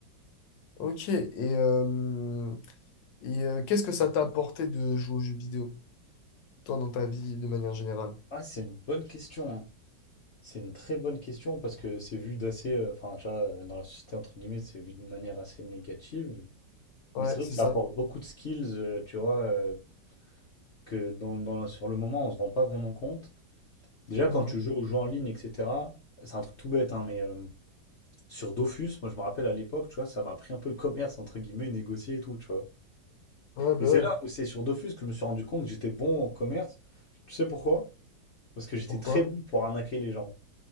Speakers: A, on the left; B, on the left.
A: Ok. Et, euh, Et euh, qu'est-ce que ça t'a apporté de jouer aux jeux vidéo, toi, dans ta vie de manière générale?
B: Ouais, c'est une bonne question. hein. C'est une très bonne question parce que c'est vu d'assez. euh, Enfin, tu vois, euh, dans la société, entre guillemets, c'est vu d'une manière assez négative.
A: Ouais,
B: Mais c'est vrai
A: c'est
B: que ça
A: ça.
B: apporte beaucoup de skills, euh, tu vois, euh, que dans, dans- sur le moment, on se rend pas vraiment compte. Déjà,
A: Mhm.
B: quand tu joues aux jeux en ligne, etc., c'est un truc tout bête, hein, mais euh, sur Dofus, moi, je me rappelle à l'époque, tu vois, ça m'a appris un peu le commerce, entre guillemets, négocier et tout, tu vois.
A: Ouais, bah
B: Et c'est
A: ouais.
B: là où c'est sur Dofus que je me suis rendu compte que j'étais bon en commerce. Tu sais pourquoi? Parce que j'étais
A: Pourquoi?
B: très bon pour arnaquer les gens.